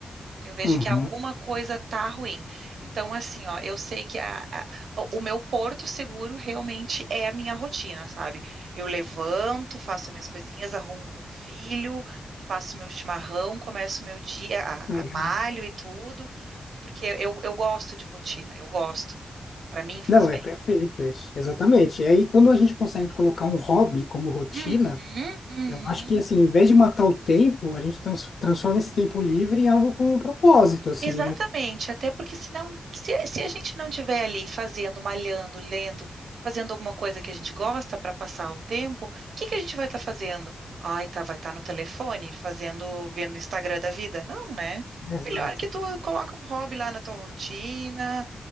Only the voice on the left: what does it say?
Uhum.
Legal.
Não,
é perfeito isso, exatamente. E aí, quando a gente consegue colocar um hobby como rotina,
eu acho que, assim, em vez de matar o tempo, a gente trans- transforma esse tempo livre em algo com um propósito, assim,
né?
Exato.